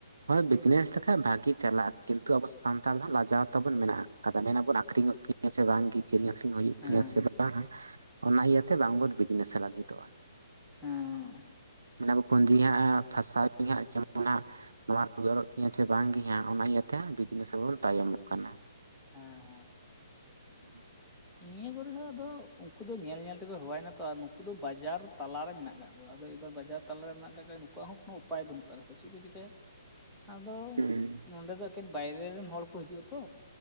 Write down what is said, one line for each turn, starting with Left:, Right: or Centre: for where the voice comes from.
Right: ᱦᱳᱭ ᱵᱤᱡᱽᱱᱮᱥ ᱞᱮᱠᱷᱟᱡ ᱵᱷᱟᱹᱜᱤ ᱪᱟᱞᱟᱜᱼᱟ ᱠᱤᱱᱛᱩ ᱟᱵᱚ ᱥᱟᱱᱛᱟᱲ ᱫᱚ ᱞᱟᱡᱟᱣ ᱛᱟᱵᱚᱱ ᱢᱮᱱᱟᱜᱼᱟ ᱠᱟᱫᱟ ᱢᱮᱱᱟ ᱵᱚᱱ ᱟᱠᱷᱨᱤᱧᱚᱜ ᱛᱤᱧᱟᱹ ᱥᱮ ᱵᱟᱝᱜᱮ ᱠᱤᱨᱤᱧ ᱟᱹᱠᱷᱨᱤᱧ ᱦᱩᱭᱩᱜ
Centre: ᱦᱮᱸ
Right: ᱛᱤᱧᱟ ᱥᱮ ᱵᱟᱝ ᱚᱱᱟ ᱤᱭᱟᱹᱛᱮ ᱵᱟᱝᱵᱚᱱ ᱵᱤᱡᱽᱱᱮᱥ ᱞᱟᱹᱜᱤᱫᱚᱜᱼᱟ
Centre: ᱦᱮᱸ ᱦᱮᱸ
Right: ᱢᱮᱱᱟ ᱟᱠᱚ ᱯᱩᱸᱡᱤ ᱦᱟᱸᱜ ᱯᱷᱟᱥᱟᱣ ᱤᱧ ᱦᱟᱸᱜ <unintelligible> ᱡᱮᱢᱚᱱ ᱦᱟᱸᱜ ᱱᱚᱣᱟ ᱨᱣᱟᱹᱲᱚᱜ ᱛᱤᱧᱟ ᱥᱮ ᱵᱟᱝᱜᱮ ᱦᱟᱸᱜ ᱚᱱᱟ ᱤᱭᱟᱹᱛᱮ ᱵᱤᱡᱽᱱᱮᱥ ᱦᱚᱵᱚᱱ ᱛᱟᱭᱚᱢᱚᱜ ᱠᱟᱱᱟ
Centre: ᱦᱮᱸ ᱦᱮᱸ
Right: <unintelligible>
Centre: ᱱᱤᱭᱟᱹ ᱠᱚᱨᱮ ᱦᱚᱸ ᱟᱫᱚ ᱩᱱᱠᱩ ᱫᱚ ᱧᱮᱞ ᱧᱮᱞ ᱛᱮᱠᱚ ᱦᱮᱣᱟᱭᱱᱟ ᱛᱚ ᱱᱩᱠᱩ ᱫᱚ ᱵᱟᱡᱟᱨ ᱛᱟᱞᱟᱨᱮ ᱢᱮᱱᱟᱜ ᱟᱠᱟᱫ ᱠᱚᱣᱟ ᱟᱫᱚ ᱮᱵᱟᱨ ᱵᱟᱡᱟᱨ ᱛᱟᱞᱟᱨᱮ ᱢᱮᱱᱟᱜ ᱟᱠᱟᱫ ᱠᱚᱣᱟ ᱱᱠᱩᱣᱟᱜ ᱦᱚᱸ ᱠᱚᱱᱳ ᱩᱯᱟᱭ ᱵᱟᱹᱱᱩᱜ ᱟᱠᱟᱫ ᱛᱟᱠᱚᱣᱟ ᱪᱮᱫ ᱠᱚ ᱪᱤᱠᱟᱭᱟ
Right: <inaudible>
Centre: ᱟᱫᱚ
Right: ᱦᱩᱸ
Centre: ᱱᱚᱰᱮ ᱫᱚ ᱮᱠᱮᱱ ᱵᱟᱭᱨᱮ ᱨᱮᱱ ᱦᱚᱲ ᱠᱚ ᱦᱤᱡᱩᱜᱼᱟ ᱛᱚ